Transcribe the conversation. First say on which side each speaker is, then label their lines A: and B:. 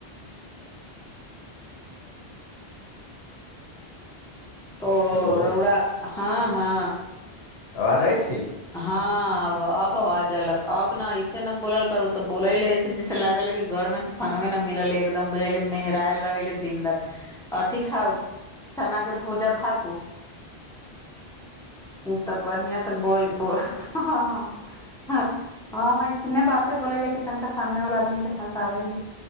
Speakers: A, in the centre; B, on the left.
A: <inaudible> ओ
B: हेलो
A: रौड़ा हँ हँ
B: आवाज आय छी।
A: हब अब आवाज एलक अब ने ऐसे न बोलल करू तऽ बोल है ऐसे जैसे लागल है घर मे खनबे ने मिललै एकदम बुझाल मेहरायल रहे दिन रति अथि खाउ चना के भूजा फाकू, तब बढ़िआं से बोल। बोल हँ। ह हम आइने बाते बोलली, तनिका सामने वाला आदमी केऽ हँसा दैली।